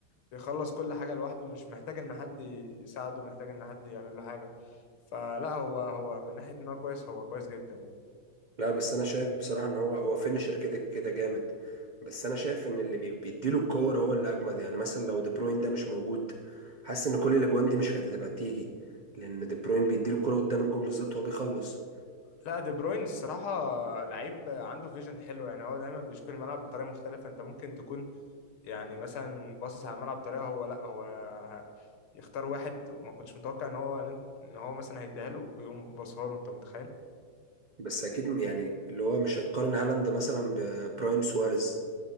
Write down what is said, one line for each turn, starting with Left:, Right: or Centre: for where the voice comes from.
Left: بيخلص كل حاجة لوحده مش محتاج ان حد يساعده محتاج ان حد يعمل له حاجة فلا هو هو من ناحية ان هو كويس هو كويس جدا يعني
Right: لا بس انا شايف بصراحه ان هو هو فينشر كده كده جامد بس انا شايف ان اللي بي- بيديله الكور هو اللي اجمد يعني مثلا لو دي بروين ده مش موجود حاسس ان كل الاجوان دي مش كانت هتبقى تيجي لان دي بروين بيديله الكوره قدام الجون بالظبط هو بيخلص
Left: لا دي بروين الصراحة لعيب عنده فيجن حلو يعني هو دايما بيشوف الملعب بطريقة مختلفة انت ممكن تكون يعني مثلا باصص على الملعب بطريقة هو لا هو ه- يختار واحد ما كنتش متوقع ان هو ان هو مثلا هيديها له ويقوم باصها له انت متخيل
Right: بس اكيد م- يعني اللي هو مش هتقارن هالاند مثلا ببرايم سواريز